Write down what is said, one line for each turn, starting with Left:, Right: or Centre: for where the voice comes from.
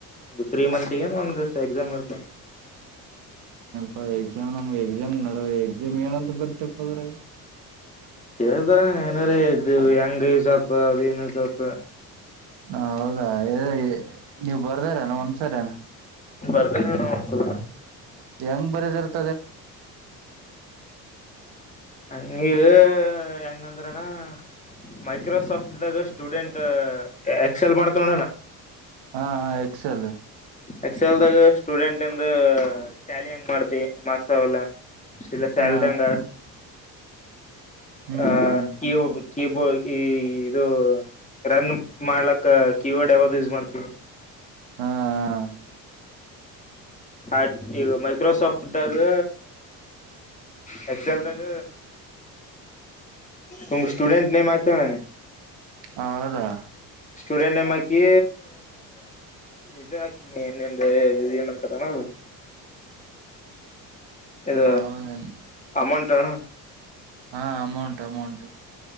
Left: ತ್ರೀ ಮಂತ್ ಗ ಏನು ಒಂದ್ ಎಕ್ಸಾಮ್ ಇರ್ತ
Right: ಹ ಎಕ್ಸಾಮ್ ನಮ್ಗೆ ಎಕ್ಸಾಮ್ ನಡ ಎಕ್ಸಾಮ್ ಏನಂತ ಬರ್ತಪ್ಪ ಅದ್ರಾಗ
Left: ಕೇಳ್ತಾರ ಏನಾರ ಇದು ಹೆಂಗ ಯೂಸ್ ಆಗ್ತ ಅದ ಏನ್ ಯೂಸ್ ಆತ
Right: ಹ ಹೌದಾ ಎ ನೀವು ಬರ್ದಾರಿನ ಒಂದ್ಸರಿನ
Left: ಬರ್ದೇ ನಾನ ಒಂದ್ಸಲ
Right: ಹೆಂಗ್ ಬರೆದ ಇರುತ್ತ್
Left: ಹಾಂಗೆ ಹೆಂಗಂದ್ರಣ್ಣ ಮೈಕ್ರೋಸಾಫ್ಟ್ ದಾಗ ಸ್ಟೂಡೆಂಟ್ ಎಕ್ಸೆಲ್ ಮಾಡ್ತವಣಗ.
Right: ಹಾ ಹಾ ಎಕ್ಸೆಲ್.
Left: ಎಕ್ಸೆಲ್ದಾಗ ಸ್ಟೂಡೆಂಟ್ ಇಂದು ಟ್ಯಾಲಿ ಹೆಂಗ್ ಮಾಡ್ತಿವಿ ಮಾರ್ಕ್ಸ್ ಅವೆಲ್ಲ. ಸಿಲ ಸ್ಯಾಲ್ರಿಂಗ್
Right: ಹ
Left: ಹಾಗಿ.
Right: ಹ್ಮ್
Left: ಆ
Right: ಹ್ಮ್
Left: ಕಿಯವ್ ಕೀಬೋಗಿ ಇದು. ರನ್ ಮಾಡ್ಲಕ್ಕ ಕೀಬೋರ್ಡ್ ಯಾವ್ದ್ ಯೂಸ್ ಮಾಡ್ತಿವಿ.
Right: ಹಾ ಹ
Left: ಆಗ್ ಇವು ಮೈಕ್ರೋಸಾಫ್ಟ್ ಗ ಹೆಚ್ಎಲ್ದಾಗ ನಿಮ್ ಸ್ಟೂಡೆಂಟ್ ನೇ ಮಾತಣೆ.
Right: ಹೌದಾ.
Left: ಸ್ಟೂಡೆಂಟ್ ನೇ ಮಯಿಕಿ ಇದು ಹಾಕ್ತೀನಿ ನಿಂದೂ ಏನಂತಾರಣವೂ. ಇಗ
Right: ಹೌದೇನ್
Left: ಅಮೌಂಟ್ ತಾಣ
Right: ಹಾ ಅಮೌಂಟ್ ಅಮೌಂಟ್.